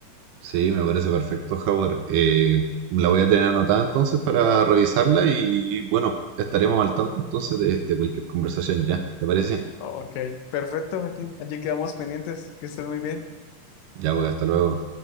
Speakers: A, on the right (about 75°); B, on the left (about 80°).
A: Sí, me parece perfecto, Howard. Eh, la voy a tener anotada entonces para revisarla y bueno, estaremos al tanto entonces de, de cualquier conversación ya, ¿te parece?
B: Ok, perfecto, Joaquín. Allí quedamos pendientes. Que estés muy bien.
A: Ya, pues, hasta luego.